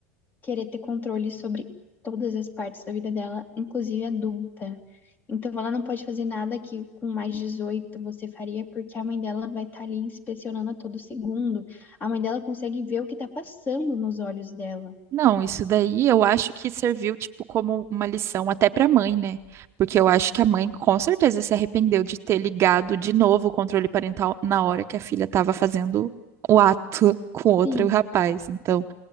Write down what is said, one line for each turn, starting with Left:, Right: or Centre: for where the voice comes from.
Left: querer ter controle sobre todas as partes da vida dela, inclusive adulta. Então ela não pode fazer nada que com mais 18 você faria, porque a mãe dela vai estar ali inspecionando a todo segundo. A mãe dela consegue ver o que está passando nos olhos dela.
Right: Não, isso daí eu acho que serviu, tipo, como uma lição até pra mãe, né? Porque eu acho que a mãe com certeza se arrependeu de ter ligado de novo o controle parental na hora que a filha tava fazendo o ato <laughs> com outro
Left: Sim,
Right: rapaz. Então,